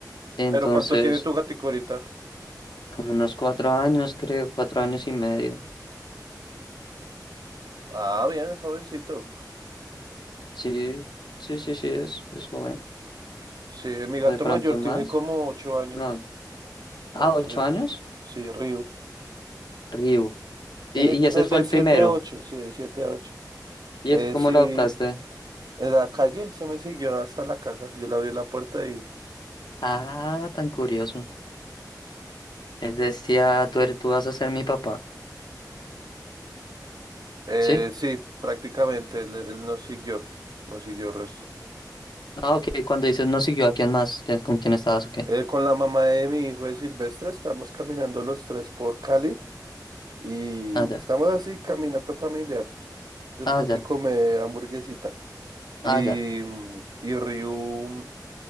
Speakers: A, on the left (about 80°); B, on the right (about 65°).
A: Entonces,
B: ¿Pero cuánto tiene tu gatico ahorita?
A: como unos cuatro años, creo, cuatro años y medio.
B: Ah, bien, jovencito.
A: Sí, sí, sí, sí, es, es joven.
B: Sí, mi
A: O
B: gato
A: de pronto
B: mayor
A: más.
B: tiene como ocho años.
A: No. Ah,
B: El
A: ocho
B: Río.
A: años.
B: Sí, Río.
A: Ryu.
B: Tiene
A: Y, y ese fue
B: de
A: el
B: siete
A: primero.
B: a ocho, sí, de siete a ocho.
A: ¿Y
B: Eh,
A: ese cómo
B: sí,
A: lo adoptaste?
B: en la calle se me siguió hasta la casa. Yo le abrí la puerta y...
A: Ah, tan curioso. Él decía, tú, eres- tú vas a ser mi papá.
B: Eh,
A: ¿Sí?
B: sí, prácticamente él, él nos siguió, nos siguió el resto.
A: Ah, ok. Cuando dices no siguió, ¿a quién más? ¿Quién- ¿Con quién estabas o qué?
B: Eh, con la mamá de mi hijo de Silvestre estamos caminando los tres por Cali y
A: Ah, ya.
B: estamos así, caminato familiar. después
A: Ah, ya.
B: de comer hamburguesita. Y,
A: Ah, ya.
B: mm, y Ryu